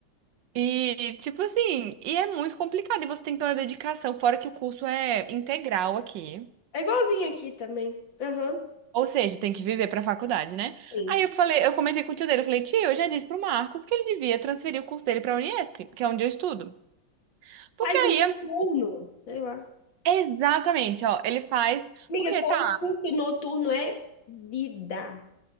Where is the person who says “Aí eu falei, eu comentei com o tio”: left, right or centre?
Right